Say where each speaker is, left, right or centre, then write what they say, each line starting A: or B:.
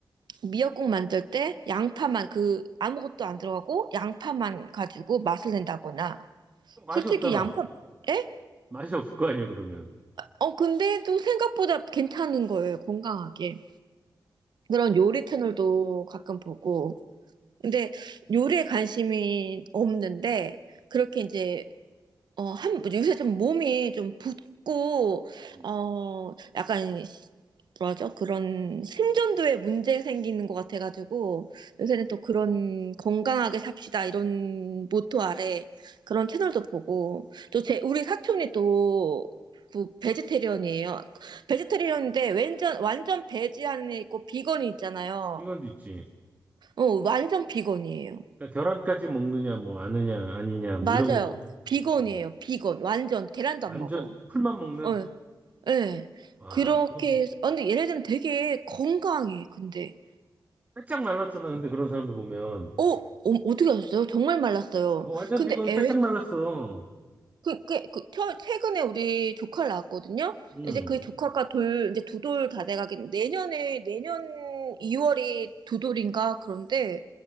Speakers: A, on the right; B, on the right.
A: 미역국 만들 때 양파만 그 아무것도 안 들어가고 양파만 가지고 맛을 낸다거나
B: 그럼 맛이
A: 솔직히
B: 없잖아.
A: 양파 에?
B: 맛이 없을 거 아니야, 그러면.
A: 어 근데도 생각보다 괜찮은 거예요 건강하게 그런 요리 채널도 가끔 보고 근데 요리에 관심이 없는데 그렇게 이제 어, 한, 요새 좀 몸이 좀 붓고,
B: 음.
A: 어, 약간, 시- 뭐라죠? 그런 심전도에 문제 생기는 것 같아가지고, 요새는 또 그런 건강하게 삽시다, 이런 모토 아래 그런 채널도 보고, 또 제, 우리 사촌이 또, 그, 베지테리언이에요. 베지테리언인데, 완전, 완전 베지 안에 있고, 비건이 있잖아요.
B: 이건 있지.
A: 어, 완전 비건이에요.
B: 그러니까 계란까지 먹느냐, 뭐, 아느냐, 아니냐, 뭐,
A: 맞아요.
B: 이런 거.
A: 비건이에요.
B: 음.
A: 비건. 완전. 계란도
B: 완전
A: 안 먹어.
B: 풀만 먹는?
A: 어. 예.
B: 와,
A: 그렇게
B: 그거
A: 해서, 아, 근데 얘네들은 되게 건강해, 근데.
B: 빼짝 말랐잖아. 근데 그런 사람들 보면.
A: 어, 어, 떻게 하셨어요? 정말 말랐어요.
B: 어, 완전
A: 근데
B: 비건
A: 애,
B: 빼짝 말랐어.
A: 그, 그, 그, 최- 최근에 우리 조카를 낳았거든요?
B: 응,
A: 이제 그 조카가 돌, 이제 두 돌 다 돼가긴, 내년에, 내년 2월이 두 돌인가? 그런데,